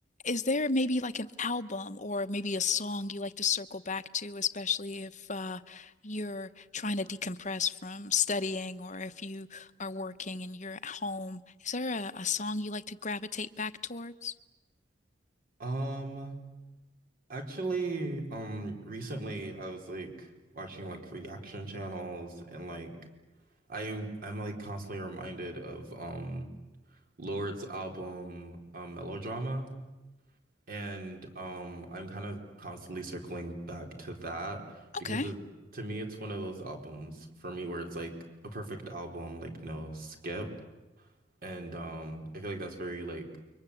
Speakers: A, on the left (about 40°); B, on the right (about 50°).
A: is there maybe like an album or maybe a song you like to circle back to, especially if uh, you're trying to decompress from studying or if you are working and you're at home? Is there a, a song you like to gravitate back towards?
B: Um. Actually, um, recently I was like watching like reaction channels and like I am I'm like constantly reminded of um Lord's album um Melodrama and um I'm kind of constantly circling back to that
A: Okay.
B: because it, to me it's one of those albums for me where it's like a perfect album like no skip and um I feel like that's very like